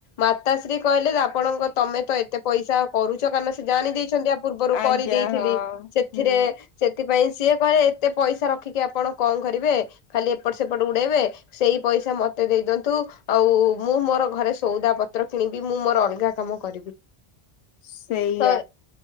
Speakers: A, on the left; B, on the left.
A: ମାତାଶ୍ରୀ କହିଲେ ଯେ ଆପଣଙ୍କ ତମେ ତ ଏତେ ପଇସା। କରୁଛ କାରଣ ସେ ଜାଣି ଦେଇଛନ୍ତି ଆ ପୂର୍ବରୁ
B: ଆଜ୍ଞା
A: କରିଦେଇଥିଲି
B: ହଁ
A: ସେଥି
B: ହୁଁ
A: ଥିରେ ସେଥିପାଇଁ ସିଏ କହିଲେ ଏତେ ପଇସା ରଖିକି ଆପଣ କଣ କରିବେ। ଖାଲି ଏପଟ ସେପଟ ଉଡେଇବେ। ସେଇ ପଇସା ମତେ ଦେଇ ଦିଅନ୍ତୁ ଆଉ ମୁଁ ମୋର ଘରେ ସଉଦା ପତ୍ର କିଣିବି ମୁଁ ମୋର ଅଲଗା‌। କାମ କରିବି।
B: ସେଇଆ।
A: ତ